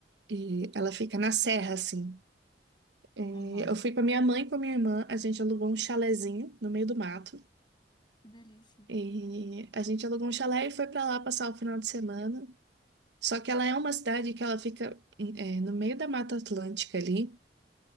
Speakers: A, on the right; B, on the left.
A: E ela fica na serra, assim. É,
B: Aham.
A: eu fui com a minha mãe e com a minha irmã, a gente alugou um chalezinho no meio do mato.
B: que delícia.
A: E a gente alugou um chalé e foi pra lá passar o final de semana. Só que ela é uma cidade que ela fica é, no meio da Mata Atlântica ali